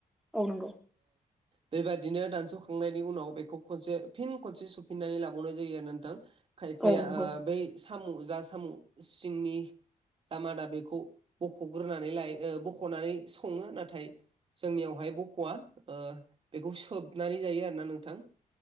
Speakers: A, in the centre; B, on the right (about 35°).
A: औ नंगौ
B: बेबायदिनो दानस'खांनायनि उनाव बेखौ खनसे फिन खनसे सुफिननानै लाबावनाय जायो आरो नोंथां खायफाया
A: औ नंगौ
B: ओ बै साम' जा साम' सिंनि
A: <inaudible>
B: जामादा बेखौ बख'ग्रोनानै लायो बख'नानै सङो नाथाय जोंनियावहाय ख'वा बेखौ सोबनानै जायो आरोना नोंथां